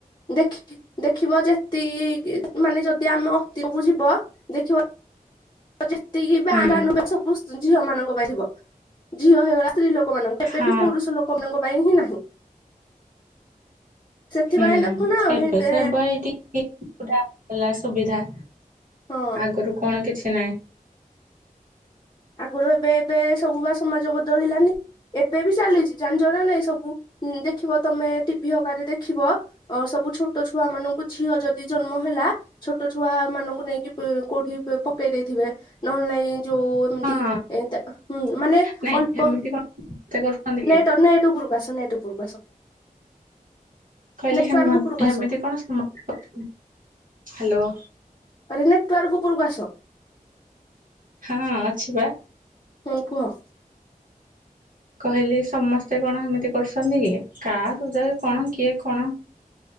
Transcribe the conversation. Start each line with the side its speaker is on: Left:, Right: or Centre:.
Left: ଦେଖ ଦେଖିବ ଯେତିକି ମାନେ ଯଦି ଆମେ ଅତୀତକୁ ଯିବ ଦେଖିବ ଯେତିକି ବା
Right: ହୁଁ
Left: ର ସବୁ ଝିଅ ମାନଙ୍କ ବାହାରିବ ଝିଅ ହେଇଗଲା ସ୍ତ୍ରୀ ଲୋକ ଲୋକ ମାନଙ୍କ କେବେ
Right: ହଁ
Left: ବି ପୁରୁଷ ଲୋକମାନଙ୍କ ପାଇଁ ହିଁ ନାହିଁ ସେଥିପାଇଁ
Right: ହୁଁ
Left: ଦେଖୁନ
Right: ଏବେକୁ
Left: ହେତେ
Right: ଏବ ଏଇଟି <inaudible> ସୁବିଧା
Left: ହଁ
Right: ଆଗରୁ କଣ କିଛି ନାହିଁ।
Left: ଆଗରୁ ଏବେ ଏବେ ସବୁ ବା ସମାଜ ବଦଳିଲାନି ଏବେ ବି ଚାଲିଛି। ଜାଣିଚ ନା ନାଇଁ ସବୁ ଦେଖିବ ତମେ ଟିଭି ହକାରେ ଦେଖିବ। ଅ ସବୁ ଛୋଟ ଛୁଆ ମାନଙ୍କୁ ଝିଅ ଯଦି ଜନ୍ମ ହେଲା। ଛୋଟ ଛୁଆ ମାନଙ୍କୁ ନେଇକି କୋଉଠି ପକେଇ ଦେଇଥିବେ ନହେଲେ ଏ ଯୋଉ
Right: ହଁ
Left: ତି ଏ ହୁଁ ମାନେ
Right: ନାଇଁ
Left: ଅଳ୍ପ।
Right: ଏମିତି କଣ ସମସ୍ତେ କରୁଛନ୍ତି
Left: ନେଟ
Right: କି
Left: ନେଟ ଉପରକୁ ଆସ ନେଟ ଉପରକୁ ଆସ।
Right: କହିଲେମ
Left: ନେଟୱାର୍କ ଉପରକୁ
Right: ହେମିତି
Left: ଆସ।
Right: କଣ ହ୍ୟାଲୋ?
Left: ଆରେ ନେଟୱର୍କ ଉପରୁକୁ ଆସ।
Right: ହଁ ଅଛି ପା।
Left: ହୁଁ କୁହ।
Right: କହିଲି ସମସ୍ତେ କଣ ସେମିତି କରୁଛନ୍ତି କି କା ହୃଦୟ କଣ କିଏ କଣ?